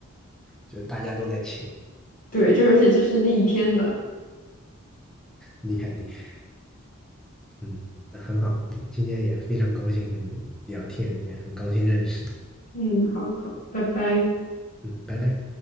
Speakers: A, in the centre; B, on the left.
A: 就大家都在请。
B: 对，就而且就是那一天的。
A: 厉害厉害，嗯，那很好，嗯今天也非常高兴和你聊天，也很高兴认识
B: 嗯，好的好的拜拜。
A: 你，嗯，拜拜。